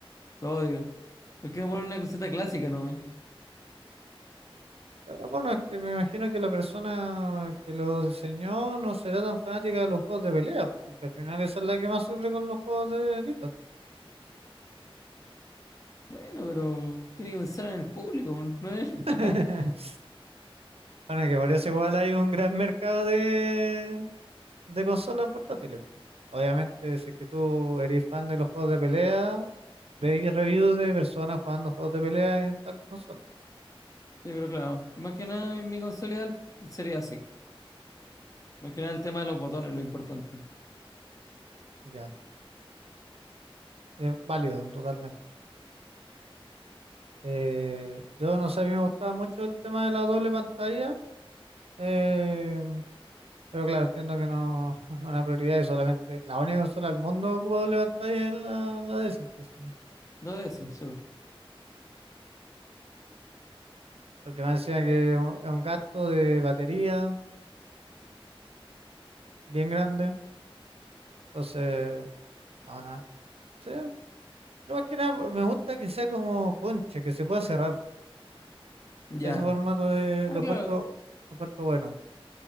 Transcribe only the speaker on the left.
lo odio. ¿Por qué no ponen una cosita clásica nomás?
Bueno, pero tiene que pensar en el público, ¿no es?
<laughs>
Sí, pero claro, más que nada en mi consola ideal sería así. Más que nada el tema de los botones, lo importante.
Lo de eso, sí.
Ya.
Ah,
claro,